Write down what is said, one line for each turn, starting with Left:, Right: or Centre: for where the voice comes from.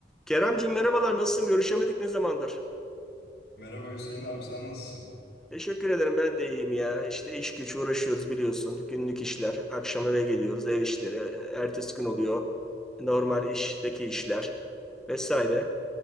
Centre: Keremcim merhabalar nasılsın? Görüşemedik ne zamandır?
Left: Merhaba Hüseyin abi sen nasılsın?
Centre: Teşekkür ederim ben de iyiyim ya. İşte iş güç uğraşıyoruz biliyorsun. Günlük işler. Akşam eve geliyoruz ev işleri. Ertesi gün oluyor. Normal işteki işler vesaire.